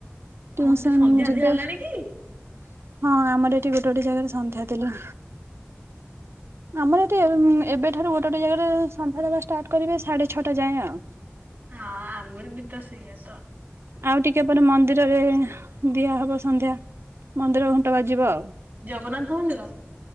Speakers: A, on the right; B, on the right.
A: ଆମର
B: ଟ୍ୟୁସନ୍
A: ସେଠି ସନ୍ଧ୍ୟା
B: ଯିବେ।
A: ଦିଆ ହେଲାଣି
B: ହଁ
A: କି?
B: ଆମର ଏଠି ଗୋଟେ ଗୋଟେ ଜାଗାରେ ସନ୍ଧ୍ୟା ଦେଲେଣୀ।
A: ହ
B: ଆମର ଏଠି ଏବେଠାରୁ ଗୋଟେ ଗୋଟେ ଜାଗାରେ ସନ୍ଧ୍ୟା ଦେବା ଷ୍ଟାର୍ଟ କରିବେ ସାଢେ ଛଅଟା ଯାଏଁ ଆଉ
A: ହଁ ଆମର ବି ତ ସେଇଆା
B: ଆଉ ଟିକେ ପରେ ମନ୍ଦିରରେ ଦିଆହବ ସନ୍ଧ୍ୟା। ମନ୍ଦିର ଘଣ୍ଟ ବାଜିବ ଆଉ।
A: ଜଗନ୍ନାଥ ମନ୍ଦିର